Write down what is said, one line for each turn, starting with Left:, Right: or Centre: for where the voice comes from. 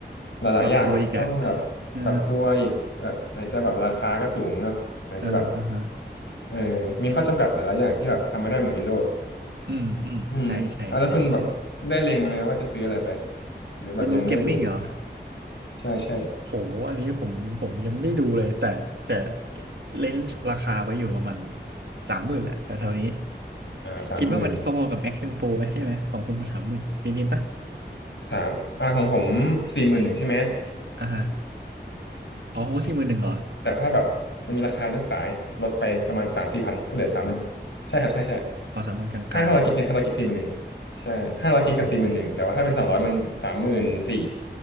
Left: หลายๆอย่างอ่ะต้องแบบปรับตัวอีกแบบไหนจะแบบราคาก็สูงเนาะไหนจะแบบ
Right: ปรับตัวอีกอะเอออ่าฮะอ่าฮะ
Left: เออมีข้อจำกัดหลายๆอย่างที่แบบทำไม่ได้เหมือน Windows
Right: อืมอืมใช่ใช่ใช่ใช่
Left: อืมอ่ะแล้วคุณแบบได้เล็งไหมว่าจะซื้ออะไรไปหรือแบบยังไม่ได้ดู
Right: โน้ตบุ๊กเกมมิ่งเหรอ
Left: ใช่ใช่
Right: โหอันนี้ผมผมยังไม่ได้ดูเลยแต่แต่เลนส์ราคาไว้อยู่ประมาณสามหมื่นแหละแถวๆนี้
Left: อ่าสามหมื่น
Right: คิดว่ามันพอๆกับ Mac M4 ไหม ใช่ไหมของคุณสามหมื่นนิดๆปะ
Left: สามอ่าของผมสี่หมื่นหนึ่งใช่ไหม
Right: อ่าฮะ อ๋อคงสี่หมื่นหนึ่งเหรอ
Left: แต่ถ้าแบบมันมีราคานักศึกษาเนี่ยลดไปประมาณสามสี่พันก็เหลือสามหมื่นใช่ครับใช่ใช่
Right: อ๋อสามหมื่นกลาง
Left: ห้าห้าร้อยกิกเนี่ยห้าร้อยกิกสี่หมื่นหนึ่งใช่ห้าร้อยกิกก็สี่หมื่นหนึ่งแต่ว่าถ้าเป็นสองร้อยมันสามหมื่นสี่
Right: ๆ อ๋อ